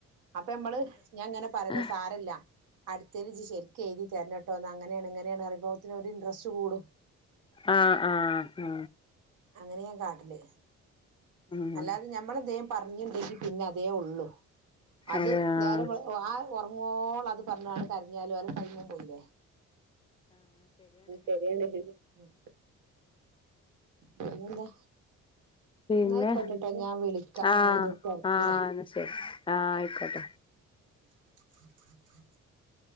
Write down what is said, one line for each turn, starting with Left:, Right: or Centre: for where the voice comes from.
Right: അപ്പൊ നമ്മള് ഞാൻ ഇങ്ങനെ പറയല
Left: ആഹ്
Right: സാരില്ല അടുത്തൽ ശരിക്കും എഴുതി തരഞ്ഞെട്ടോ എന്ന് അങ്ങനെയാണ് ഇങ്ങനെയാണ് അറിഭവത്തിന് ഒരു ഇൻട്രസ്റ്റ് കൂടും
Left: ആ ആ ആ
Right: അങ്ങനെയാ കാട്ടല്
Left: ഉം
Right: അല്ലാതെ ഞമ്മൾ ന്തേലും പറഞ്ഞണ്ടെങ്കി പിന്നെ അതേേ ഉള്ളു അത്
Left: അതെ ആഹ്
Right: നേരെ ആ ഉറങ്ങോള അത് പറഞ്ഞതാണ് കരിഞ്ഞാാല ആ ശരിയാണ് <unintelligible> പിന്നെ ന്താ
Left: പിന്നെ
Right: എന്നായിക്കോട്ടട്ടെ ഞാൻ വിളിക്കാം
Left: ആഹ്
Right: ഞാനി് തെര്ക്കില്ല
Left: ആഹ് എന്നാ ശരി ആഹ് ആയിക്കോട്ടെ
Right: <unintelligible>